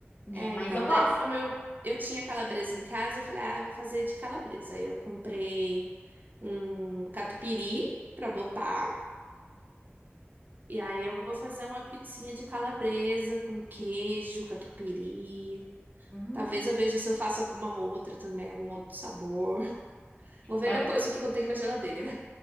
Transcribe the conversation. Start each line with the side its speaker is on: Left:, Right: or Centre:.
Left: né?
Right: É,
Left: Mas
Right: então,
Left: eu gosto.
Right: daí como eu, eu tinha calabresa em casa, eu falei, ah, eu vou fazer de calabresa. Aí eu comprei um catupiry pra botar, e aí eu vou fazer uma pizzinha de calabresa com queijo, catupiry.
Left: Hum.
Right: Talvez eu veja se eu faço alguma outra também, algum outro sabor. <laughs> Vou ver
Left: É,
Right: depois
Left: Eu,
Right: o que eu tenho na geladeira.